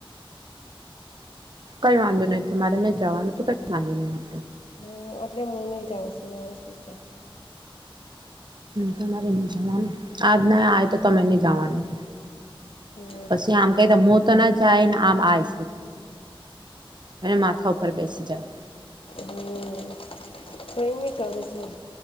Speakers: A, on the right; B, on the left.
A: કઈ વાંધો નહ તમારે નને જવાનું તો કઈ વાંધો નહી
B: હ આટલે મહિને જાવશું મારે શું છે.
A: તમારે નહી જવાનું આજ ના આવે તો તમે નહી, જવાનુ
B: હમ
A: પછી આમ કતા મો તો ના જાય ને આમ આ છે. અને માથા ઉપર બેસી જાય.
B: હમ્મ ટ્રેમી કર છેું